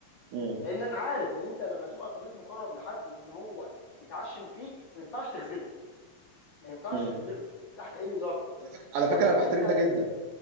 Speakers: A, on the right; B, on the left.
A: مم.
B: لان انا عارف ان انت لما تبقى صديق مقرب لحد وان هو يتعشم فيك ما ينفعش تخذله ما ينفعش
A: مم.
B: تخذله تحت اي ظرف
A: على فكره على فكره
B: وقت
A: انا
B: ما
A: بحترم
B: انت هت...
A: ده جدا